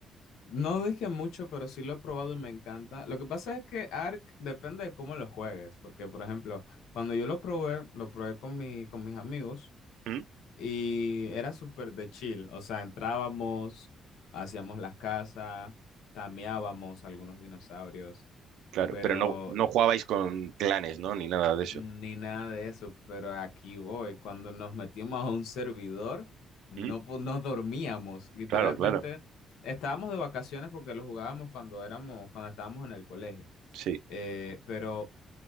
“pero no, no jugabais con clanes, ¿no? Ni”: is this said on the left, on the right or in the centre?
Right